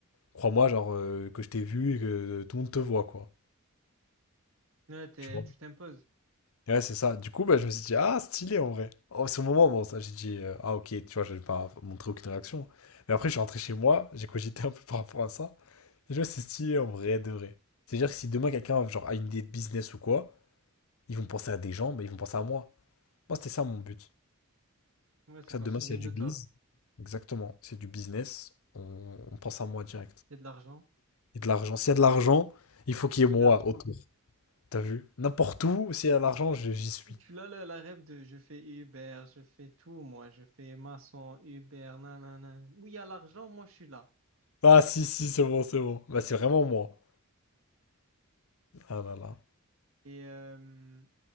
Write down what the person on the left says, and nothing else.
crois-moi, genre, euh, que je t'ai vu et que euh, tout le monde te voit, quoi.
Tu vois.
Ouais, c'est ça. Du coup, bah, je me suis dit, ah, stylé en vrai. Oh, c'est au moment, bon, ça, j'ai dit, euh, ah, ok, tu vois, j'avais pas montré aucune réaction. Mais après, je suis rentré chez moi, j'ai cogité un peu par rapport à ça. Et je me suis dit, c'est stylé en vrai, de vrai. C'est-à-dire que si demain quelqu'un genre, a une idée de business ou quoi, ils vont penser à des gens, mais ils vont penser à moi. Moi, c'était ça mon but.
Que
ça, demain,
s'il y a
du
biz, exactement, c'est du business, on, on pense à moi direct.
Et de l'argent. S'il y a de l'argent, il faut qu'il y ait
moi
autour. T'as vu? N'importe où, s'il y a de l'argent, je- j'y suis.
Ah si, si, c'est bon, c'est bon. Bah, c'est vraiment moi. Ah là là.